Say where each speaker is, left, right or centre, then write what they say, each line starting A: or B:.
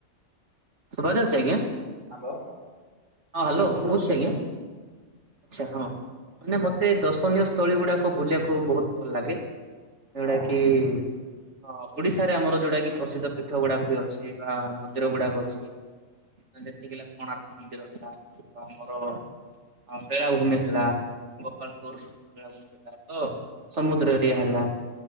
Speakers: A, on the right; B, on the right.
A: ଶୁଭା ଯାଉଛି ଆଜ୍ଞା?
B: ହ୍ୟାଲୋ
A: ହଁ ହ୍ୟାଲୋ
B: ଭଲରେ
A: ଶୁଭୁଛି
B: ଶୁଭୁନି
A: ଆଜ୍ଞା। ଆଚ୍ଛା ହଁ ମାନେ ମତେ ଦର୍ଶନୀୟ ସ୍ଥଳୀ ଗୁଡାକ ବୁଲିବାକୁ ବହୁତ ଭଲ ଲାଗେ। ଏଇ
B: ହଁ।
A: ଗୁଡ଼ା କି ହଁ ଓଡିଶାରେ ଆମର ଯୋଉଟା କି ପ୍ରସିଦ୍ଧ ପୀଠ ଗୁଡାକ ବି ଅଛି ବା ମନ୍ଦିର ଗୁଡାକ ଅଛି। ଯେତିକି ହେଲା କୋଣାର୍କ ମନ୍ଦିର ହେଲା ବା ଆମର ବେଳାଭୂମି ହେଲା ଗୋପାଳପୁର ବେଳାଭୂମି ହେଲା ତ ସମୁଦ୍ର ଏରିଆ ହେଲା।